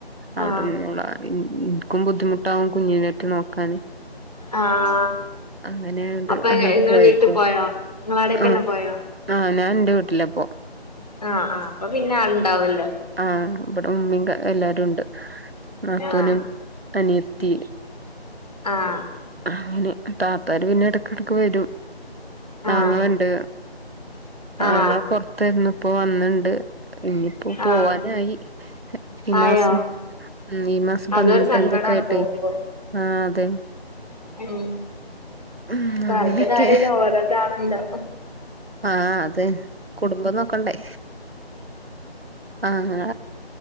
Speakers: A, on the right (about 65°); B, on the left (about 40°).
A: അവിടെന്നോളാർഞ്
B: ആഹ്
A: ൻ ൻ ഇൻക്കും ബു ദ്ധിമുട്ടാവും കുഞ്ഞിനെട്ട് നോക്കാന്.
B: ആഹ്
A: അങ്ങനെയായോണ്ട്
B: അപ്പൊ
A: അങ്ങട്ട്
B: ഇങ്ങള്
A: പോയേക്കാ
B: വീട്ടി പോയോ ഇങ്ങളാടേക്കന്നെ
A: ആ
B: പോയോ
A: ആ ഞാൻ ൻറെ വീട്ടിലപ്പോ
B: ആ ആ ആൾ ണ്ടാവല്ലോ
A: ആഹ് ഇവിടെ ഉമ്മീം ക എല്ലാരും ഉണ്ട് നാത്തൂനും
B: ആഹ്
A: അനിയത്തി
B: ആഹ്
A: അങ്ങനെ താത്താര് പിന്നെ ഇടക്കിടക്ക് വരും
B: ആഹ്
A: ആങ്ങളണ്ട്
B: ആഹ്
A: ആങ്ങള പൊർത്തായിരുന്നു. ഇപ്പോ വന്നിണ്ട് ഇനിയിപ്പോ പോവാനായി
B: ആഹ്
A: ഈ
B: ആയോ
A: മാസം ഉം ഈ മാസം പത്
B: അതൊരു
A: നെട്ടാന്തിക്കെ
B: സങ്കടാണ്
A: ആയിട്ടേ
B: പോകുമ്പോ
A: ആ അതെ
B: ഉം
A: ഉം
B: പറിൻട്ട്
A: അങ്ങനെയൊക്കെ
B: കാര്യല്ല ഓരോതാണല്ലോ
A: ആ അതെ. കുടുംബം നോക്കണ്ടേ ആങ്ങള